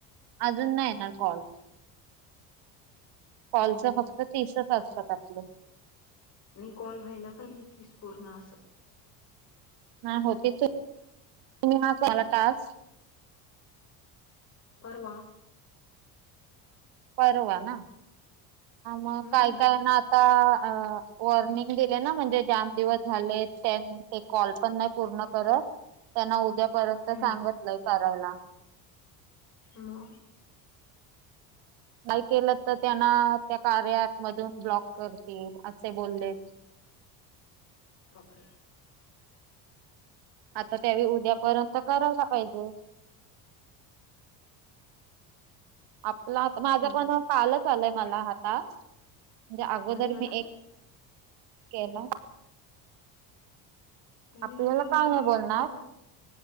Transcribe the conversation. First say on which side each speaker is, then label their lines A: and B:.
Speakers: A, on the right; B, on the left.
A: अजून नाही येणार कॉल, कॉलच
B: ह
A: फक्त तीसच असतात आपलं.
B: नाही, कॉल व्हायला पाहिजे तीस पूर्ण असं,
A: नाही होतील? तुम्ही हा तुम्हाला तास,
B: परवा.
A: परवा ना, मग
B: हम्म
A: काय काय ना. आता वॉर्निंग दिले ना म्हणजे जाम दिवस झाले त्यांनी. ते कॉल पण नाही पूर्ण करत त्यांना उद्यापर्यंत
B: हम्म
A: सांगतलंय करायला.
B: मग?
A: नाही केलं तर त्यांना त्या कार्यअँप मधून ब्लॉक करतील? असे बोललेत.
B: बापरे!
A: आता त्यावे उद्यापर्यंत करावला पाहिजे.? आपलं आप माझं
B: हो.
A: पण कालच आलय मला हातात म्हणजे अगोदर
B: कधी आला
A: मी एक. केलाय
B: नाही
A: आपल्याला
B: नाही तुम्ही
A: काय
B: म्हणजे
A: नाही बोलणार.
B: तुम्हाला